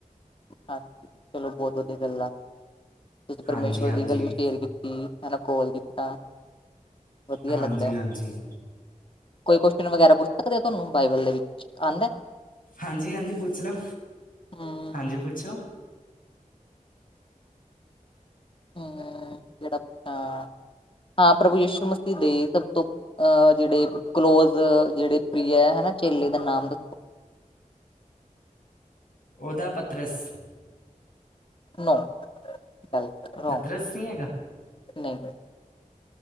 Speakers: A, on the left (about 40°); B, on the left (about 80°).
A: ਹਾਂਜੀ ਚਲੋਂ ਬਹੁਤ ਵਧੀਆ ਗੱਲ ਆ, ਤੁਸੀਂ ਪਰਮੇਸ਼ਵਰ
B: ਹਾਂਜੀ ਹਾਂਜੀ
A: ਦੀ ਗੱਲ ਵੀ ਸ਼ੇਅਰ ਕੀ ਤੀ ਹਨਾ ਕੋਲ ਕੀਤਾ, ਵਧੀਆ
B: ਹਾਂਜੀ
A: ਲੱਗਦਾ।
B: ਹਾਂਜੀ
A: ਕੋਈ ਕੁਉਚਨ ਵਗੈਰਾ ਪੁੱਛ ਸਕਦੇ ਤੁਹਾਨੂੰ ਬਾਈਬਲ ਦੇ ਵਿੱਚ ਆਂਦਾ?
B: ਹਾਂਜੀ-ਹਾਂਜੀ ਪੁੱਛ ਲੋ,
A: ਹਮ
B: ਹਾਂਜੀ ਪੁੱਛੋ।
A: ਹੂੰ, ਕਿਹੜਾ ਪੁੱਛਾ ਆ, ਹਾਂ ਪ੍ਰਭੂ ਯਸ਼ੂ ਮਸੀਹ ਦੇ ਸਭ ਤੋਂ ਅਹ ਜਿਹੜੇ ਕਲੋਜ ਜਿਹੜੇ ਪ੍ਰੀਆ ਐ ਹਨਾ ਚੇਲੇ ਦਾ ਨਾਮ ਦ
B: ਉਹਦਾ ਪਤਰਸ।
A: ਨੋ, ਗਲਤ ਰੌਗ,
B: ਪਤਰਸ ਨਹੀਂ
A: ਨਈ।